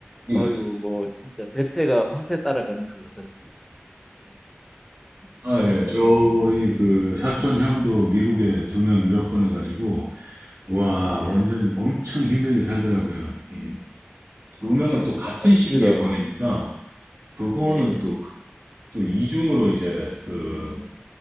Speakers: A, on the right; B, in the centre.
A: 네.
B: 어이구 뭐 진짜 뱁새가 황새 따라가는 것 같았습니다.
A: 아,
B: <laughs>
A: 예. 저희 그 사촌 형도 미국에 두 명 유학 보내가지고, 와,
B: 예,
A: 완전히 엄청 힘들게 살더라고요. 이 두 명을 또 같은
B: 맞습니다.
A: 시기에 보내니까, 그거는
B: 예, 예.
A: 또, 그- 또 이중으로 이제 그